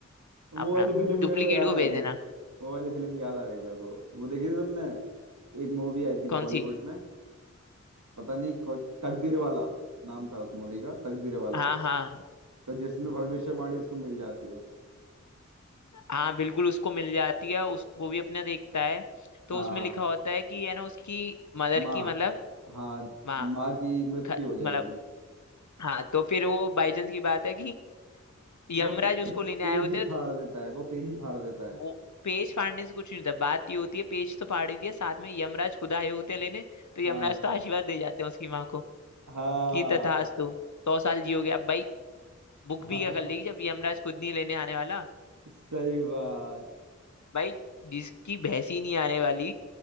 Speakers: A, on the right; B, on the left.
A: वो
B: अपना
A: वाली फिल्म मेरे
B: डुप्लीकेट
A: को याद
B: को
A: आ
B: भेज
A: गई
B: देना
A: वो वाली फिल्म याद आ गई मेरे को वो देखी थी तुमने एक मूवी आई थी
B: कौन
A: बॉलीवुड
B: सी
A: में पता नहीं कौ- तकदीर वाला नाम था उस मूवी का तकदीर वाला
B: हाँ हाँ
A: तो जिसमें भविष्यवाणी उसको मिल जाती है
B: हाँ बिल्कुल उसको मिल जाती है उस वो भी अपना देखता है तो
A: हाँ
B: उसमें लिखा होता है कि है ना उसकी मदर
A: माँ
B: की मतलब
A: हाँ
B: माँ
A: माँ की मृत्यु
B: ख-
A: हो जाएगी
B: मतलब हाँ तो फिर वो बाई चांस की बात है कि यमराज
A: वो पेज
B: उसको लेने
A: पेज
B: आए होते
A: ही
B: हैं
A: फाड़ देता है वो पेज ही फाड़ देता
B: वो
A: है
B: पेज फाड़ने से कुछ नहीं होता बात ये होती है पेज तो फाड़ ही दिया साथ में यमराज खुद आए होते हैं लेने तो यमराज
A: हाँ
B: तो आशीर्वाद दे जाते हैं उसकी माँ को
A: हाँ
B: कि तथास्तु सौ साल जियोगे अब भाई बुक
A: <laughs> हाँ,
B: भी क्या कर लेगी जब यमराज खुद नहीं लेने आने वाला
A: सही बात
B: भाई जिसकी भैंस ही नहीं आने वाली